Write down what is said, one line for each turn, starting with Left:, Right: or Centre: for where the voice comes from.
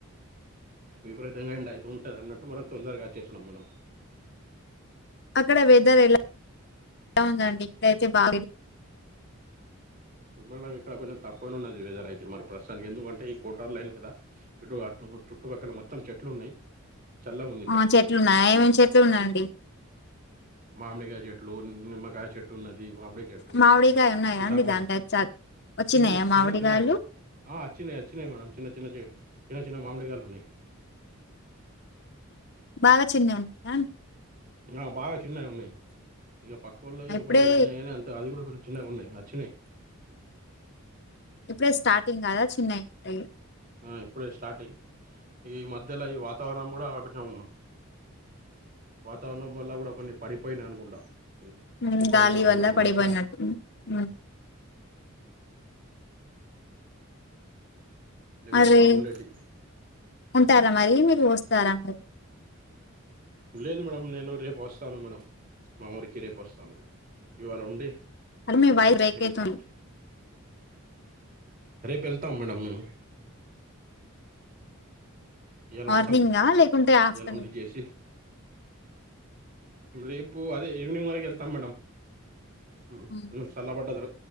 Right: విపరీతంగా అండి అయితు ఉంటంది అన్నట్టు మన తొందరగా చేసినాం మనం
Left: అక్కడ వెదర్ ఎలా ఎ ఉందండి ఇక్కడైతే బా
Right: మేడం ఇక్కడ కొంచెం తక్కువనే ఉన్నది వెజర్ అయితే మరి ప్రస్తుతానికి ఎందుకంటే ఈ కోటార్ లైన్ కదా ఇటు కటు చుట్టుపక్కల మొత్తం చెట్లు ఉన్నాయి చల్లగా ఉంది
Left: ఆ
Right: ప్రస్తుతానిక
Left: చెట్లు
Right: అయితే
Left: ఉన్నాయా ఏమేమి చెట్లు ఉన్నాయండి
Right: మామిడిగా చెట్టు నిమ్మకాయ చెట్టు ఉన్నది మామిడికాయ చెట్టు
Left: మామిడికాయ ఉన్నాయా
Right: సితాఫర్
Left: అండి దాంట్లో చ వచ్చినాయా
Right: చిన్న చిన్న
Left: మామిడికాయలు
Right: చిన్నచ్చియి అచ్చిన్నా మేడం చిన్న చిన్న చి చిన్న చిన్న మామిడిగాలు ఉన్నాయి
Left: బాగా చిన్నవి ఉన్నాయా
Right: ఆ బాగా చిన్నవి ఉన్నాయి ఇక పక్క వాళ్ళయి
Left: ఇప్పుడే
Right: ఒకళ ఎ అంత అది కూడా కొంచ చిన్న ఉన్నాయి అచ్చినాయ్
Left: ఇప్పుడే స్టార్టింగ్ కదా చిన్నవి ఉంటాయి
Right: ఆ ఇప్పుడే స్టార్టింగ్ ఈ మధ్యలో ఈ వాతావరణం కూడా కొంచెం వాతావరణం వల్ల కూడా కొన్ని పడిపోయినాయి అనుకుంటా
Left: ఉమ్,
Right: తుఫాను
Left: గాలి
Right: వల్ల మొన్నటి
Left: పడిపోయినట్టు
Right: వర్షానికి
Left: ఉమ్,
Right: లేకుంటే
Left: అరే
Right: బాగుండేటి
Left: ఉంటారా మరి మీరు వస్తారా మరి
Right: లేదు మేడమ్ నేను రేపు వస్తాను మేడం మా ఊరికి రేపు వస్తాను ఇవాళ ఉండి
Left: హలో మీ వాయిస్
Right: రేపు
Left: బ్రేక్
Right: వెళ్తాం
Left: అయితాంది.
Right: రేపెళ్తాం మేడం మేము ఈయాల
Left: మార్నింగా
Right: ఉంటాం.
Left: లేకుంటే ఆఫ్టర్నూన్
Right: ఈయాల ఉండి చేసి, రేపు అదే ఈవినింగ్ వరకు ఎళ్తాం మేడం. మ్
Left: ఉమ్,
Right: నువ్ సళ్ళబడ్డద